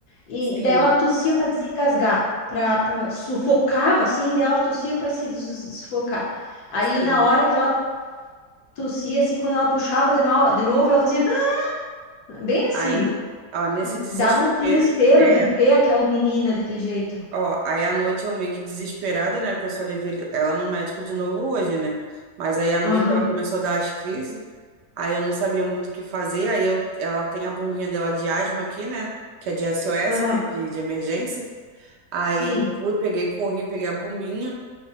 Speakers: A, on the left; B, on the right.
A: E,
B: Sim.
A: e daí ela tossia para desengasgar, para sufocava assim, e daí ela tossia para se des- sufocar. Aí
B: Sim.
A: na hora que ela tossia assim, quando ela puxava de, no- de novo, ela fazia "Ah", bem assim.
B: Aí, ó, nesse desespero.
A: Dava um desespero
B: É.
A: de ver aquela menina daquele jeito.
B: Ó, aí à noite eu meio que desesperada, né? Porque eu só levei ele- ela no médico de novo hoje, né? Mas aí à noite
A: Aham,
B: ela começou a dar as crises, aí eu não sabia muito o que fazer, aí eu, ela tem a bombinha dela de asma aqui, né? Que é de SOS,
A: aham.
B: né? De, de emergência. Aí
A: Sim,
B: eu fui, peguei, corri, peguei a bombinha.